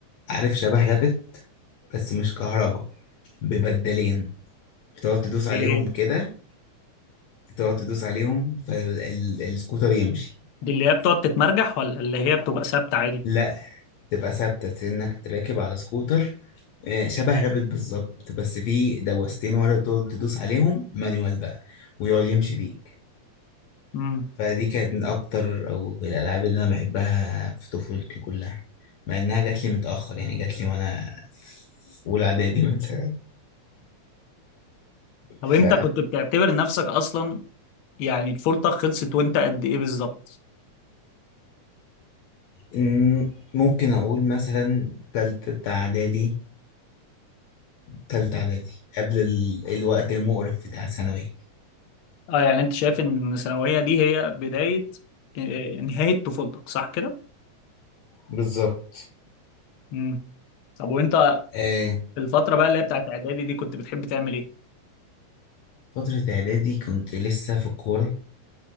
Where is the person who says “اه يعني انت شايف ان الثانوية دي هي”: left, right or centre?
Left